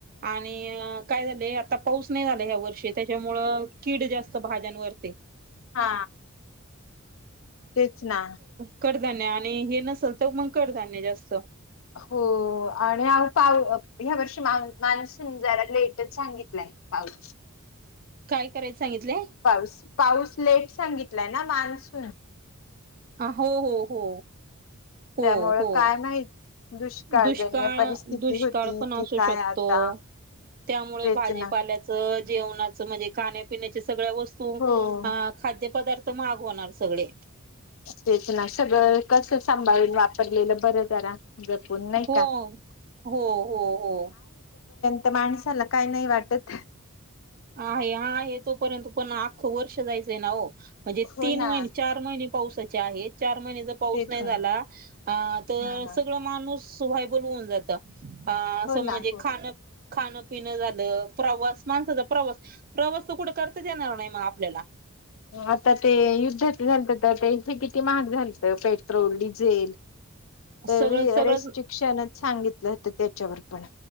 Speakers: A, on the right; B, on the left.
A: आणि काय झाले आता पाऊस नाही झाला ह्या वर्षी त्या मुळे कीड जास्त भाज्यांवर करते.
B: हा तेच ना
A: करध्य आणि हे नसेल तर मग करताान्य जास्त
B: हो आणि पाऊ ह्या वर्षी मा मानसिन जरा लेटच सांगितलंय पाऊस
A: काय करायच सांगितले
B: पाऊस पाऊस लेट सांगित य ना मानसुून
A: आ हो हो हो हो
B: त्यामुळं
A: हो
B: काय माहित दुष्काळजन्य
A: दुष्काळ
B: परिस्थिती
A: दुष्काळ
B: होती,
A: पण असू
B: कि काय
A: शकतो
B: आता?
A: त्यामुळे
B: तेच
A: भाजीपाल्याचं
B: ना
A: जेवणाच म्हणजे खाण्यापण्या स वत
B: हो
A: खाद पदार्थ मागवणार सगळे
B: तेच नाशगर कसं सांभाळून वा पलेलं बरं जरा जपून नाही
A: हो
B: का
A: हो हो हो
B: तर माणसाला काय नाही वाटत
A: आहे हा आहे तोपर्यंत पण आख्खं वर्ष जायचंय ना हो म्हणजे
B: हो
A: तीन
B: ना
A: महिने चार महिने पावसाच्या आहेत चार महिनचा पाऊस
B: तेच
A: नाही
B: ना
A: झाला अ तर
B: हा हा
A: सगळ माणूस सुभय बोलवन जातं अ
B: हो
A: स
B: ना
A: म्हणजे
B: हो
A: खाण खाणं पिणं झालं प्रवास माणसाच प्रवास प्रवास त कुठे करता येणार नाही मग आपल्याला
B: आता ते युद्धात झा तर त्यांचे किती महाग झालत पेट्रोल डिझेल तर
A: सगळं
B: र
A: सगळंच
B: रेस्ट्रिक्शनच सांगितलं होत त्या चमर्पण